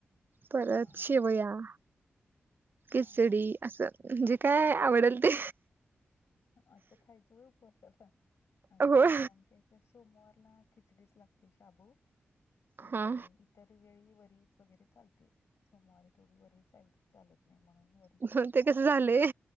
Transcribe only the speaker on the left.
अ
अ
असं खायचं होय उपवासाला, असं
काही नाही आमच्या इ सोमवारला खिचडीच लागते शाबू आणि
तर वेळी वरीच वगैरे चालती. सोमवारी तेवढी वरी चाल-चालत नाही म्हणून व